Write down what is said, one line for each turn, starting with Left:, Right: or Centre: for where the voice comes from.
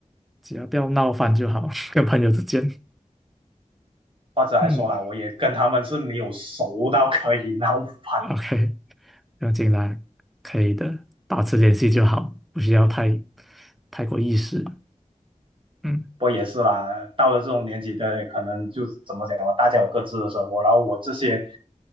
Centre: 只要不要闹翻就好，<laughs> 跟朋友之间。
Right: 或者来说啦，
Centre: 嗯
Right: 我也跟他们是没有熟到可以闹翻
Centre: ，OK，不要紧啦，可以的，保持联系就好，不需要太太过意识。嗯
Right: 不也是啦，到了这种年纪的，可能就怎么讲啊，大家有各自的生活，然后我这些